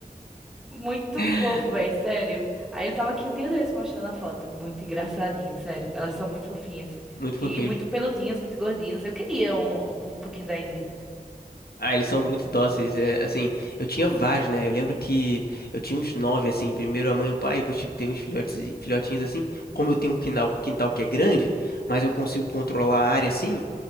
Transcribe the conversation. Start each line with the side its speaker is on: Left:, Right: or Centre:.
Centre: Muito
Left: <laughs>
Centre: fofo, velho, sério. Aí ele tava aqui um dia desse mostrando a foto. Muito engraçadinho, sério. Elas são muito fofinhas.
Left: Muito fofinho.
Centre: E muito peludinhas, muito gordinhas. Eu queria um, um pouquinho da Índia.
Left: Ah, eles são muito dóceis. É, assim, eu tinha vários, né? Eu lembro que eu tinha uns nove, assim. Primeiro a mãe e o pai, depois tive- teve uns filhotes, e- filhotinhos, assim. Como eu tenho um quintal, quintal que é grande, mas eu consigo controlar a área, assim.